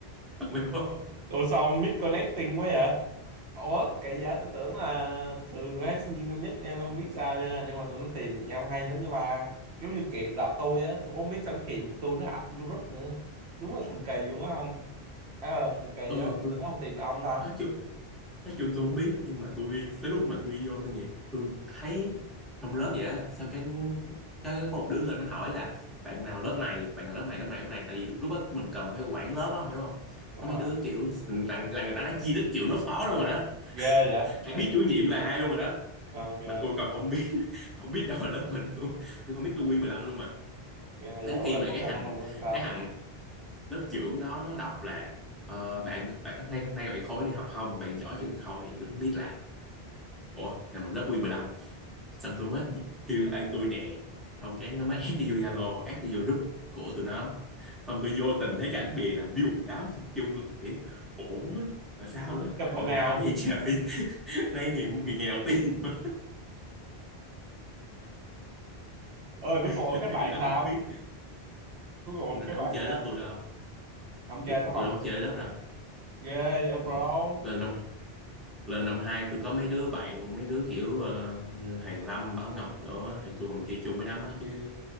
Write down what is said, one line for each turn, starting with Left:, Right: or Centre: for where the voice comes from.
Centre: không hiểu không
Right: Ủa sao ông misconnecting quá vậy? Ủa kỳ vậy tôi tưởng là thường là sinh viên năm nhất nha, tôi không biết sao nha, nhưng mà tụi nó tìm được nhau hay lắm nha ba. Giống như kiểu đợt tôi á, tôi cũng không biết sao nó kìm được tôi, nó ạt tôi vô group nữa. Đúng là thần kỳ luôn á không? À, là thần kỳ
Centre: ừ
Right: á, sao
Centre: tôi
Right: tụi nó không tìm được ông ta?
Centre: nói chứ nói chung tôi không biết nhưng mà tôi tới lúc mà tôi vô tôi nghĩ tôi thấy trong lớp vậy á xong cái cái có một đứa lên nó hỏi là bạn nào lớp này bạn nào lớp này lớp này lớp này tại vì lúc đó mình cần phải quản lớp á hiểu không
Right: Đúng
Centre: có mấy
Right: rồi.
Centre: đứa kiểu là, là người ta đã chia đích trưởng lớp phó luôn rồi đó
Right: Ghê vậy?
Centre: đã biết chủ nhiệm là ai luôn rồi đó
Right: Ok,
Centre: mà tôi còn không biết <laughs> không biết đâu là lớp mình luôn tôi không biết tôi quy 15 luôn mà
Right: ghê vậy.
Centre: đến
Right: Ủa
Centre: khi
Right: rồi
Centre: mà
Right: cuối
Centre: cái
Right: cùng
Centre: thằng
Right: ông làm quen sao?
Centre: cái thằng lớp trưởng đó nó đọc là ờ, bạn bạn hôm nay hôm nay bạn khối đi học không bạn giỏi trường khối thì tôi mới biết là ủa thằng mình lớp Nguyên lăm xong tôi mới kêu ai tôi nè không cái nó mới add tôi vô Zalo add tôi vô group của tụi nó xong tôi vô tình thấy cái ảnh bìa là view một đám chung chung luôn tôi kiểu ủa là sao đó à,
Right: Gặp
Centre: hồi
Right: hồi nào?
Centre: nào nó vậy trời <laughs> nay ngày ngày, ngày đầu tiên mà
Right: Ơi cuối cùng
Centre: <laughs>
Right: ông
Centre: thì
Right: kết bạn
Centre: là
Right: sao?
Centre: không biết
Right: Cuối cùng ông
Centre: tôi nó
Right: kết
Centre: đâu
Right: bạn
Centre: chơi
Right: sao?
Centre: lớp tôi đâu
Right: Không chơi
Centre: tôi
Right: lắm ông
Centre: tôi đâu chơi lớp đâu
Right: ghê vậy
Centre: ừ.
Right: bro
Centre: lên năm lên năm hai tôi có mấy đứa bạn mấy đứa kiểu ờ, Hàng Lâm Bảo Ngọc đó thì tôi còn chơi chung với đám đó chứ